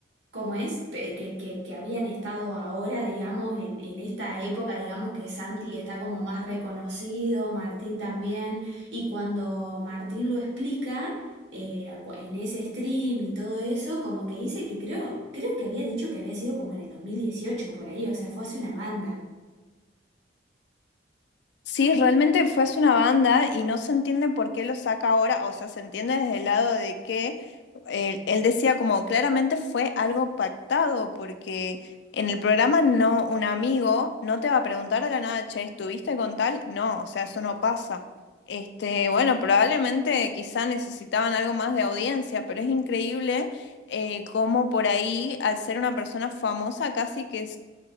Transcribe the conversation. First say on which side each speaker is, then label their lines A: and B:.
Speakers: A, on the right; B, on the left.
A: cómo es, pe- que, que, que habían estado ahora, digamos, en, en esta época, digamos que Santi está como más reconocido, Martín también, y cuando Martín lo explica eh, cu- en ese stream y todo eso, como que dice que creo, creo que había dicho que había sido como en el 2018 por ahí, o sea, fue hace una banda.
B: Sí, realmente fue hace una banda y no se entiende por qué lo saca ahora, o sea, se entiende desde el lado de que él, él decía como claramente fue algo pactado, porque en el programa no, un amigo no te va a preguntar de la nada, che, ¿estuviste con tal? No, o sea, eso no pasa. Este, bueno, probablemente quizá necesitaban algo más de audiencia, pero es increíble eh, cómo por ahí, al ser una persona famosa, casi que